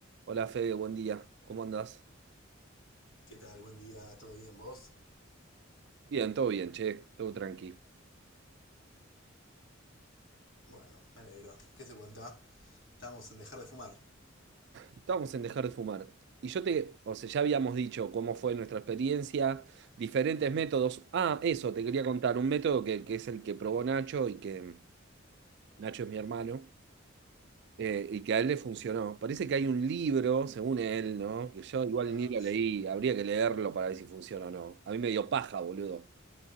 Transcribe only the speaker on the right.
Hola Fede, buen día. ¿Cómo andás?
Bien, todo bien, che, todo tranqui.
Estábamos en dejar de fumar. Y yo te, o sea, ya habíamos dicho cómo fue nuestra experiencia, diferentes métodos. Ah, eso, te quería contar, un método que, que es el que probó Nacho y que Nacho es mi hermano, eh, y que a él le funcionó. Parece que hay un libro, según él, ¿no? Que yo igual
ni lo
leí, habría que leerlo para ver si funciona o no. A mí me dio paja, boludo.